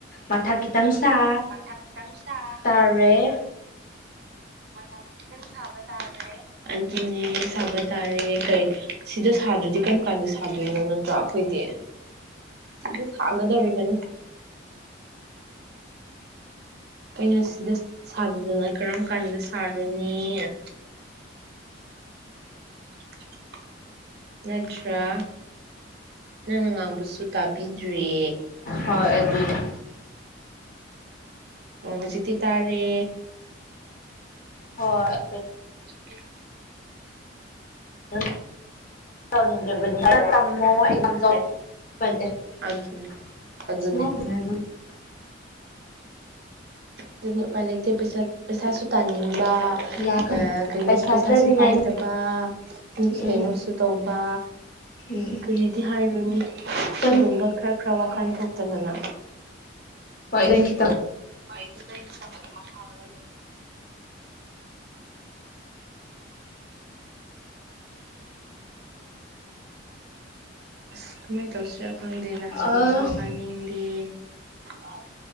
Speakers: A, on the left; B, on the right.
A: ꯃꯊꯥ ꯈꯤꯇꯪ ꯁꯥ
B: ꯃꯊꯥ ꯈꯤꯇꯪ ꯁꯥ
A: ꯇꯥꯔꯦ
B: ꯃꯊꯥ ꯈꯤꯇꯪ ꯁꯥꯕꯇꯥꯔꯦ ꯑꯗꯨꯅꯦ ꯁꯥꯕꯇꯥꯔꯦ ꯀꯩ ꯁꯤꯗ ꯁꯥꯗ꯭ꯔꯗꯤ ꯀꯔꯝ ꯀꯥꯟꯗ ꯁꯥꯗꯣꯏꯅꯣ ꯅꯠꯇ꯭ꯔꯣ ꯑꯩꯈꯣꯏꯗꯤ ꯁꯤꯗ ꯁꯥꯒꯗꯧꯔꯤꯕꯅꯤ <inaudible> ꯑꯈꫭꯏꯅ ꯁꯤꯗ ꯁꯥꯗꯗꯅ ꯀꯔꯝ ꯀꯥꯟꯗ ꯁꯥꯔꯨꯅꯤ <inaudible> <unintelligible> ꯅꯠꯇ꯭ꯔꯥ ꯅꯪꯅ ꯉꯥꯡꯕꯁꯨ ꯇꯥꯕꯤꯗ꯭ꯔꯦ
A: ꯍꯣꯏ ꯑꯗꯨꯅꯦ
B: ꯑꯣ ꯍꯧꯖꯤꯛꯇꯤ ꯇꯥꯔꯦ
A: ꯍꯣꯏ <unintelligible>
B: ꯑꯗꯨꯒꯤ
A: <unintelligible> <unintelligible>
B: ꯑꯗꯨꯅꯦ ꯑꯗꯨꯅꯦ ꯑꯗꯨꯅꯦ ꯎꯄꯥꯏ ꯂꯩꯇ ꯄꯩꯁꯥ ꯄꯩꯁꯥꯁꯨ ꯇꯥꯅꯤꯡ ꯕ
A: ꯌꯥꯈꯅꯤ
B: ꯑ ꯀꯩꯅꯣꯁꯨ
A: ꯄꯩꯁꯥ
B: ꯄꯩꯁꯥꯁꯨ
A: ꯊꯥꯅꯤꯡꯉꯥꯏ
B: ꯄꯥꯏꯗꯕ ꯃꯤꯒꯤ
A: ꯎꯝ
B: ꯀꯩꯅꯣꯁꯨ ꯇꯧꯕ
A: ꯎꯝ
B: ꯀꯔꯤꯗꯤ ꯍꯥꯏꯔꯨꯅꯤ
A: ꯈꯤꯇꯪ
B: ꯁꯤꯒꯨꯝꯕ ꯈꯔ ꯈꯔ ꯋꯥꯈꯜ ꯊꫭꯛꯇꯗꯅ
A: ꯍꫭꯏ ꯅꯪꯒꯤ
B: ꯍꯣꯏ <unintelligible> ꯑꯗꯨꯃ <unintelligible> ꯑꯁ ꯀꯃꯥꯏ ꯇꯧꯁꯤ ꯈꯪꯗꯦꯅꯪ ꯁ꯭ꯀꯨꯜꯁꯨ
A: ꯑ
B: ꯀꯥꯅꯤꯡꯗꯦ <unintelligible> ꯑ